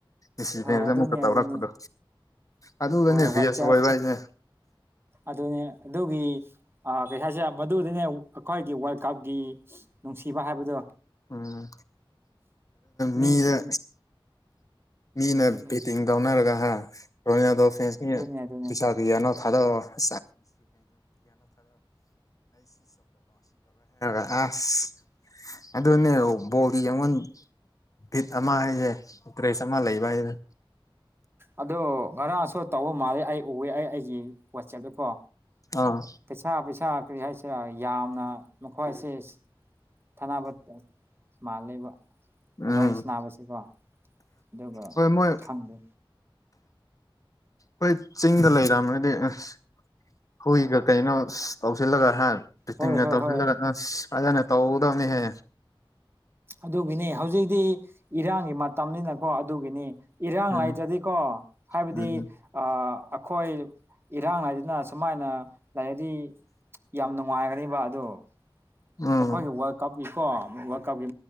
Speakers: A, on the left (about 40°); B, on the right (about 25°).
A: ꯏꯁꯤꯚꯦꯟꯁꯁꯦ
B: ꯍꯣꯏ ꯑꯗꯨꯅꯤ
A: ꯑꯃꯨꯛꯀ ꯇꯧꯔꯛꯄꯗꯣ
B: ꯑꯗꯨꯅꯤ
A: ꯑꯗꯨꯒꯅꯦ
B: ꯍꯣꯏ
A: ꯚꯦꯁ
B: ꯋꯥꯆꯦꯞ
A: ꯑꯣꯏꯕ ꯍꯥꯏꯁꯦ
B: ꯑꯗꯨꯅꯦ ꯑꯗꯨꯒꯤ ꯑ ꯀꯩ ꯍꯥꯏꯁꯤꯔꯥ ꯃꯗꯨꯗꯤꯅꯦ ꯑꯩꯈꯣꯏꯒꯤ ꯋꯥꯔꯜ ꯀꯞꯀꯤ ꯅꯨꯡꯁꯤꯕ ꯍꯥꯏꯕꯗꯣ
A: ꯎꯝ
B: ꯃꯤꯁꯤꯡ
A: ꯃꯤꯗ ꯃꯤꯅ
B: ꯑꯗꯨꯅꯦ
A: ꯕꯦꯇꯤꯡ ꯇꯧꯅꯔꯒ ꯍꯥ ꯔꯣꯅꯥꯜꯗꯣ ꯐꯦꯟꯁꯈꯩꯅ
B: ꯑꯗꯨꯅꯦ ꯑꯗꯨꯅꯦ
A: ꯄꯩꯁꯥꯗꯨ ꯌꯦꯡꯉ ꯊꯥꯗꯕꯋꯥꯅꯦ <unintelligible>
B: ꯭ <inaudible>
A: ꯑꯗꯨꯅꯦ ꯕꯣꯗꯤ ꯑꯩꯡꯉꯟ ꯚꯤꯠ ꯑꯃ ꯍꯥꯏꯁꯦ ꯇꯔꯦꯁ ꯑꯃ ꯂꯩꯕ ꯍꯥꯏꯁꯦ
B: ꯑꯗꯣ ꯉꯔꯥꯡꯁꯨ ꯇꯧꯕ ꯃꯥꯜꯂꯦ ꯑꯩ ꯎꯑꯦ ꯑꯩ ꯑꯩꯒꯤ ꯋꯥꯆꯦꯞꯇꯀꯣ
A: ꯑꯥ
B: ꯄꯩꯁꯥ ꯄꯩꯁꯥ ꯀꯔꯤ ꯍꯥꯏꯁꯦ ꯌꯥꯝꯅ ꯃꯈꯣꯏꯁꯦ ꯊꯅꯥꯅꯕ ꯃꯥꯜꯂꯕ
A: ꯎꯝ
B: ꯑꯩꯈꯣꯏ ꯅꯥꯕꯁꯤꯀꯣ ꯑꯗꯨꯒ
A: ꯍꯣꯏ ꯃꯣꯏ
B: ꯈꯪꯗꯦ
A: ꯍꯣꯏ ꯆꯤꯡꯗ ꯂꯩꯔꯝ꯭ꯔꯗꯤ ꯑꯁ ꯍꯨꯏꯒ ꯀꯩꯅꯣ ꯇꯧꯁꯤꯜꯂꯒ ꯍꯥꯏꯥꯟ
B: ꯍꯣꯏ
A: ꯇꯤꯡꯒ
B: ꯍꯣꯏ
A: ꯇꯧꯁꯤꯜꯂꯒ
B: ꯍꯣꯏ
A: ꯑꯁ ꯐꯖꯅ ꯇꯧꯒꯗꯕꯅꯤꯍꯦ
B: ꯑꯗꯨꯒꯤꯅꯤ ꯍꯧꯖꯤꯛꯇꯤ ꯏꯔꯥꯡꯒꯤ ꯃꯇꯝꯅꯤꯅꯀꯣ ꯑꯗꯨꯒꯤꯅꯤ ꯏꯔꯥꯡ
A: ꯎꯝ
B: ꯂꯥꯏꯇ꯭ꯔꯗꯤꯀꯣ ꯍꯥꯏꯕꯗꯤ
A: ꯎꯝ
B: ꯑ ꯑꯩꯈꯣꯏ ꯏꯔꯥꯡ ꯍꯥꯏꯗꯨꯅ ꯁꯨꯃꯥꯏꯅ ꯂꯩꯥꯏꯛꯗꯤ ꯌꯥꯝ ꯅꯨꯡꯉꯥꯏꯒꯅꯦꯕ ꯑꯗ
A: ꯎꯝ
B: ꯃꯈꯣꯏꯒꯤ ꯋꯥꯔꯜ ꯀꯞꯀꯤꯀꯣ ꯋꯥꯔꯜ ꯀꯞꯀꯤ